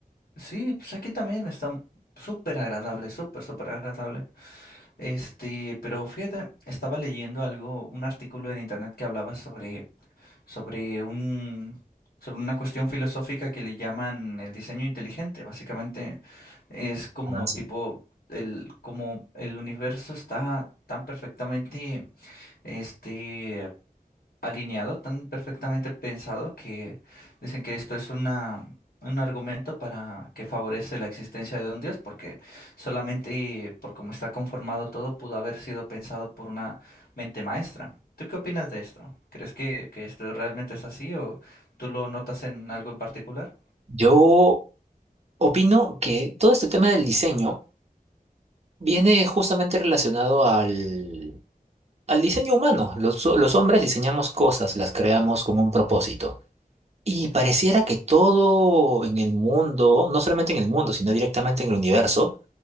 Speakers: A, on the left (about 80°); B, on the right (about 45°).
A: sí, pues aquí también está súper agradable, súper, súper agradable. Este, pero fíjate, estaba leyendo algo, un artículo en internet que hablaba sobre, sobre un, sobre una cuestión filosófica que le llaman el diseño inteligente. Básicamente es como
B: Ah, sí.
A: tipo el, como el universo está tan perfectamente este, alineado, tan perfectamente pensado que dicen que esto es una, un argumento para que favorece la existencia de un Dios, porque solamente por cómo está conformado todo pudo haber sido pensado por una mente maestra. ¿Tú qué opinas de esto? ¿Crees que, que esto realmente es así o tú lo notas en algo en particular?
B: Yo opino que todo este tema del diseño viene justamente relacionado al, al diseño humano. Los, los hombres diseñamos cosas, las creamos con un propósito. Y pareciera que todo en el mundo, no solamente en el mundo, sino directamente en el universo,